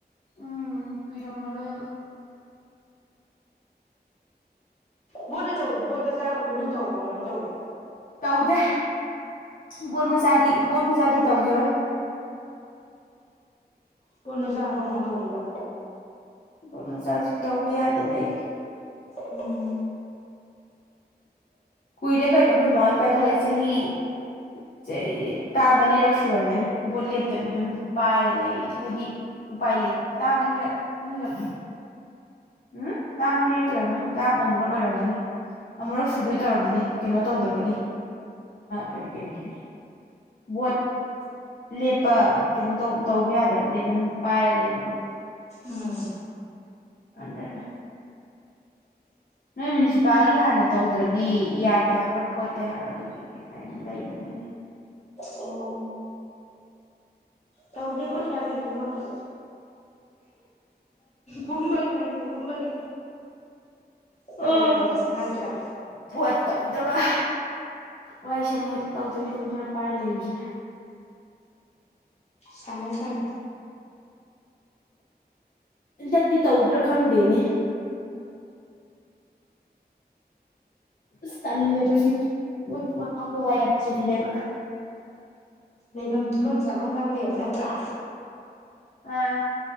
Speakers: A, on the left (about 55°); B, on the left (about 40°).
A: ꯎꯝ ꯀꯨꯏꯔꯝꯃꯔꯣꯏꯕ
B: ꯚꯣꯠ ꯑꯆꯧꯕꯗꯣ ꯚꯣꯠ ꯃꯆꯥꯒ ꯄꯨꯟꯅ ꯇꯧꯕ꯭ꯔꯥ ꯀꯃꯥꯏꯅ ꯇꯧꯒꯦ
A: ꯇꯧꯗꯦ ꯕꯣꯠ ꯃꯆꯥꯗꯤ ꯕꯣꯠ ꯃꯆꯥꯗꯤ ꯇꯧꯈꯤꯔꯣꯏ
B: ꯚꯣꯠ ꯃꯆꯥꯅ ꯀꯔꯝ ꯀꯥꯟꯅ ꯇꯧꯗꯣꯏꯕ
A: ꯚꯣꯠ ꯃꯆꯥꯁꯤ ꯇꯧꯕ ꯌꯥꯗ ꯂꯩꯔꯤ
B: ꯎꯝ
A: ꯀꯨꯏꯔ ꯀꯩꯅꯣ ꯑꯩꯈꯣꯏ ꯃꯥ ꯍꯣꯏ ꯄꯥꯏꯈꯠꯂꯛꯏ ꯆꯍꯤ ꯇꯥꯝ ꯑꯅꯤꯔꯛ ꯁꯨꯔꯝꯃꯅꯤ ꯕꯣꯠ ꯂꯦꯞꯇꯕꯤ ꯑꯗꯨꯝ ꯄꯥꯏꯔ ꯂꯩꯔꯤ ꯍꯥꯏꯗꯤ ꯎꯄꯥꯏ ꯂꯩ ꯇꯦ ꯇꯥꯝ ꯑꯅꯤꯔꯛ ꯑꯅꯤꯔꯛ ꯎꯝ ꯇꯥꯝ ꯑꯅꯤꯔꯛꯇ ꯑꯣꯏꯔꯝꯃꯣꯏ ꯇꯥꯝ ꯑꯃꯨꯔꯛ ꯑꯣꯏꯔꯝꯒꯅꯤ ꯑꯃꯨꯔꯛ ꯁꯨꯗꯣꯏ ꯇꯧꯔꯝꯃꯅꯤ ꯀꯩꯅꯣ ꯇꯧꯗꯕꯒꯤ ꯀꯔꯤ ꯀꯔꯤ ꯀꯔꯤ ꯚꯣꯠ ꯂꯦꯞꯄ ꯀꯩꯅꯣ ꯇꯧ ꯇꯧꯕ ꯌꯥꯗꯕꯗꯒꯤ ꯑꯗꯨꯝ ꯄꯥꯏꯔ ꯂꯩꯕꯗꯣ
B: ꯎꯝ
A: ꯑꯗꯨꯅ ꯅꯣꯏ ꯃ꯭ꯌꯨꯅꯤꯁꯤꯄꯥꯜꯒꯤ ꯍꯥꯟꯅ ꯇꯧꯗ꯭ꯔꯗꯤ ꯌꯥꯗꯦ ꯍꯥꯏꯕ꯭ꯔꯥ ꯈꯣꯠꯇꯦ ꯍꯥꯏꯕ꯭ꯔꯥ ꯑꯗꯨꯒꯤꯇꯅ ꯂꯩꯕꯅꯤꯅꯦ
B: ꯑꯣ ꯇꯧꯗꯦ ꯑꯈꯣꯏ ꯁꯥꯏꯗꯁꯨ ꯚꯣꯠꯀ ꯄꯨꯝꯕꯒꯤ ꯃꯅꯤꯄꯨꯔ ꯄꯨꯝꯕꯒꯤ ꯇꯧꯗꯕ
A: ꯑꯥ
B: ꯅꯠꯇ꯭ꯔ
A: ꯄꯣꯠ ꯇꯧꯗꯕ ꯋꯥꯏ ꯁꯪꯉꯦꯗ ꯇꯧꯗꯕꯤ ꯑꯗꯨꯝ ꯈꯔ ꯄꯥꯏ ꯂꯩꯕꯁꯤꯅ
B: ꯁꯪꯉꯦ ꯁꯪꯉꯦ
A: ꯍꯟꯗꯛꯇꯤ ꯇꯧꯗ꯭ꯔ ꯈꯪꯗꯦꯅꯦ ꯑꯁ ꯇꯜꯂꯦꯕ ꯑꯩꯗꯤ ꯃꯣꯏ ꯇꯧꯕꯗ ꯋꯥꯏꯌꯥꯝ ꯆꯤꯜꯂꯦꯕ
B: ꯂꯩꯐꯝ ꯇꯨꯝꯐꯝ ꯆꯥꯐꯝ ꯈꯪꯗꯦꯕ ꯅꯠꯇ꯭ꯔꯥ
A: ꯑ